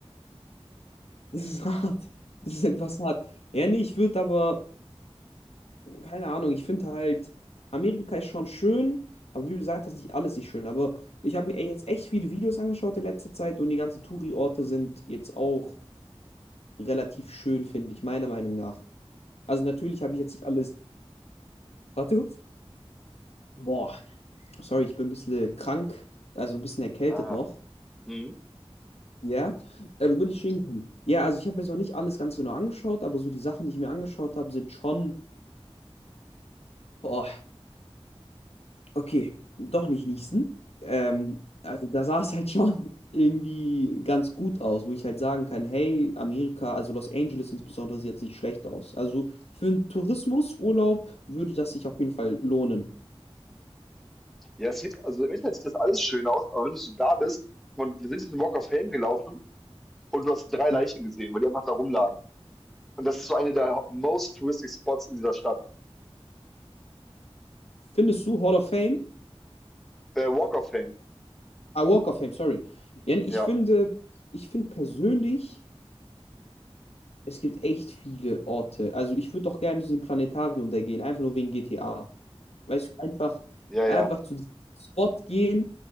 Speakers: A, on the left; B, in the centre.
A: Das ist hart. Das ist etwas hart. Ja, nee, ich würde aber, keine Ahnung, ich finde halt, Amerika ist schon schön, aber wie du sagst, das ist nicht alles nicht schön. Aber ich habe mir ey, jetzt echt viele Videos angeschaut in letzter Zeit und die ganzen Touri-Orte sind jetzt auch relativ schön, finde ich, meiner Meinung nach. Also, natürlich habe ich jetzt nicht alles. Warte kurz. Boah. Sorry, ich bin ein bisschen äh, krank, also ein bisschen erkältet
B: Ah.
A: noch.
B: Mhm.
A: Ja, äh, bin ich stehen Ja, also ich habe mir jetzt noch nicht alles ganz genau angeschaut, aber so die Sachen, die ich mir angeschaut habe, sind schon, boah, okay, doch nicht niesen. Ähm, also da sah es halt schon <laughs> irgendwie ganz gut aus, wo ich halt sagen kann, hey, Amerika, also Los Angeles insbesondere, sieht jetzt nicht schlecht aus. Also für einen Tourismusurlaub würde das sich auf jeden Fall lohnen.
B: Ja, es sieht, also im Internet sieht das alles schön aus, aber wenn du so da bist, guck mal, wir sind diesen Walk of Fame gelaufen und du hast drei Leichen
A: Hm?
B: gesehen, weil die einfach da rumlagen. Und das ist so eine der most touristic Spots in dieser Stadt.
A: Findest du Hall of Fame?
B: Äh, Walk of Fame.
A: Ah, Walk of Fame, sorry. Jan, ich
B: Ja,
A: finde, ich finde persönlich, Es gibt echt viele Orte. Also ich würde doch gerne zu diesem Planetarium da gehen, einfach nur wegen GTA. Weißt du, einfach,
B: ja,
A: einfach
B: ja.
A: zu diesem Spot gehen